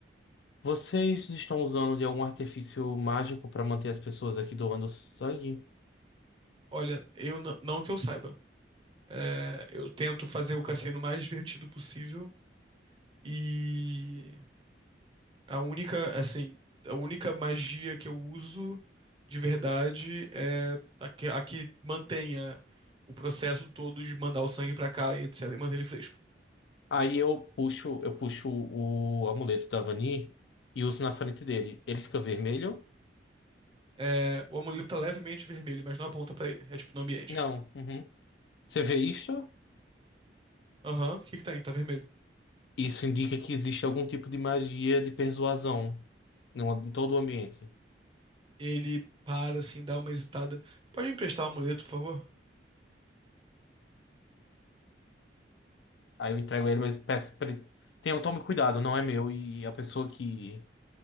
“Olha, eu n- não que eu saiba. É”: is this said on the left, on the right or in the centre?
Right